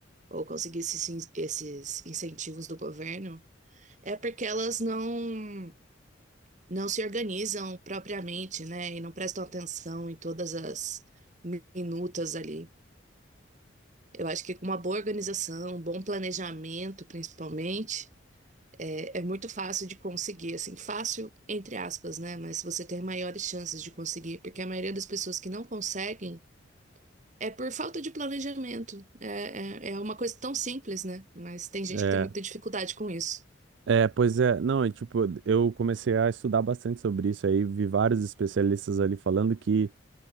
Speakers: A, on the right; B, on the right.
A: ou conseguir esses, in- esses incentivos do governo é porque elas não não se organizam propriamente, né? E não prestam atenção em todas as mi- minutas ali. Eu acho que com uma boa organização, um bom planejamento, principalmente É, é muito fácil de conseguir, assim, fácil entre aspas, né? Mas você tem maiores chances de conseguir, porque a maioria das pessoas que não conseguem é por falta de planejamento. É, é, é uma coisa tão simples, né? Mas tem gente
B: É,
A: que tem muita dificuldade com isso.
B: é, pois é, não, é tipo, eu comecei a estudar bastante sobre isso aí, vi vários especialistas ali falando que